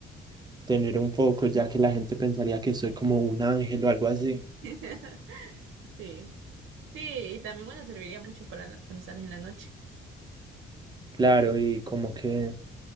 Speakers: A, on the right (about 20°); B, on the right (about 80°).
A: tener un foco, ya que la gente pensaría que soy como un ángel o algo así.
B: <laughs> Sí. Sí, y también, bueno, serviría mucho para la- cuando sales en la noche.
A: Claro, y como que